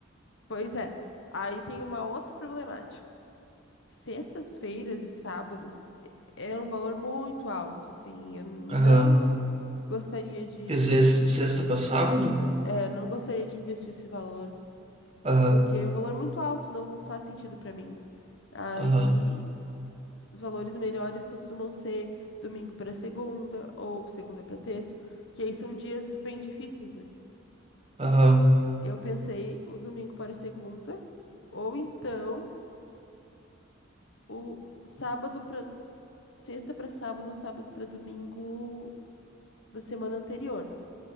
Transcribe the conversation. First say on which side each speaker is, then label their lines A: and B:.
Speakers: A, on the left; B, on the right.
A: Pois é, aí tem uma outra problemática. Sextas-feiras e sábados é é um valor muito alto, assim, eu não
B: Aham.
A: gostaria de,
B: Quer dizer, s- de sexta para sábado?
A: é, não gostaria de investir esse valor,
B: Aham,
A: porque é um valor muito alto, não faz sentido para mim. Aí
B: aham,
A: os valores melhores costumam ser domingo para segunda ou segunda para terça, que aí são dias bem difíceis, né?
B: aham,
A: Eu pensei o domingo para segunda, ou então o sábado para sexta para sábado, sábado para domingo da semana anterior.